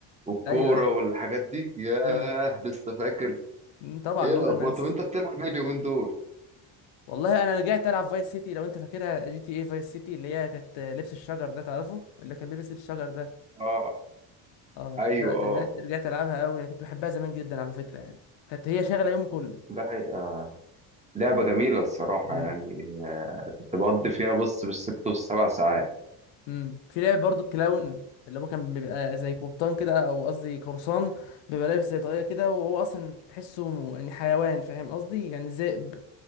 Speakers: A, on the right; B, on the left.
A: والكوره
B: ايوه ايوه
A: والحاجات دي ياه
B: مم.
A: لسه فاكر
B: مم، طبعا
A: ايه
B: عمري
A: الاخبار
B: ما انسى
A: طب انت بتلعب ايه اليومين دول
B: والله انا رجعت العب فايس سيتي لو انت فاكرها جي تي اي فايس سيتي اللي هي كانت لبس الشجر ده تعرفه اللي كان بيلبس لبس الشجر ده
A: اه
B: اه
A: ايوه
B: دلوقتي
A: اه
B: رجعت العبها قوي انا كنت بحبها زمان جدا على فكره يعني كانت هي شاغله يومي كله
A: ده حقيقة. آه، لعبه جميله الصراحه
B: مم.
A: يعني آه، كنت بقضي فيها بص بالست والسبع ساعات
B: امم في لعبة برضو الكلاون اللي هو كان بيبقى زي قبطان كده او قصدي قرصان بيبقى لابس زي طاقية كده وهو اصلا تحسه م- يعني حيوان فاهم قصدي يعني ذئب